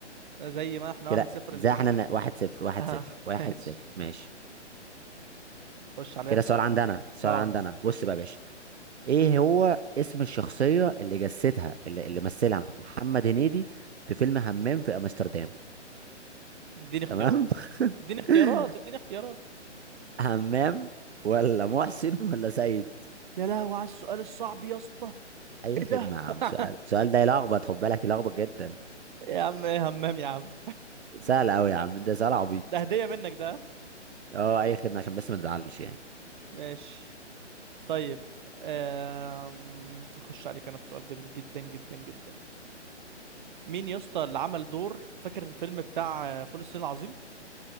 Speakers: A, on the right (about 40°); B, on the right (about 60°).
A: زي ما احنا
B: كده
A: واحد صفر
B: زي
A: ليه
B: احنا ن- واحد صفر واحد
A: اه
B: صفر واحد
A: <laughs> ماشي
B: صفر ماشي
A: خش عليا
B: كده
A: بسؤال
B: سؤال عندنا سؤال
A: اه
B: عندنا بص
A: خش يا
B: بقى
A: باشا
B: يا باشا ايه هو اسم الشخصية اللي جسدها اللي, اللي مثلها محمد هنيدي في فيلم همام في امستردام
A: اديني اختيارات
B: تمام
A: اديني
B: <laughs>
A: اختيارات اديني اختيارات
B: همام ولا محسن ولا سيد
A: يا لهوي على السؤال الصعب يا اسطى
B: اي
A: ايه
B: خدمة
A: ده
B: يا عم
A: <laughs>
B: سؤال السؤال ده يلخبط خد بالك يلخبط جدا
A: يا عم ايه همام يا عم
B: سهل قوي يا عم ده سؤال عبيط
A: ده هدية منك ده
B: اه اي خدمة عشان بس ما نزعلش يعني
A: ماشي طيب أم... اخش عليك انا بسؤال جميل جدا جدا جدا مين يا اسطى اللي عمل دور فاكر الفيلم بتاع آه، فول الصين العظيم